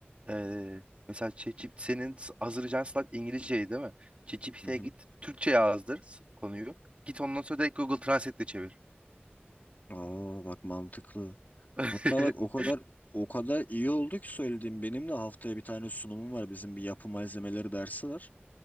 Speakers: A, on the right; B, on the left.
A: Ee, mesela ChatGPT senin s- hazırlayacağın slide İngilizceyi değil mi? ChatGPT'ye
B: Hı hı.
A: git Türkçe yazdır s- konuyu. Git ondan sonra direkt Google Translate'le çevir.
B: Aa bak mantıklı.
A: <laughs>
B: Hatta bak o kadar o kadar iyi oldu ki söylediğim benim de haftaya bir tane sunumum var. Bizim bir yapı malzemeleri dersi var.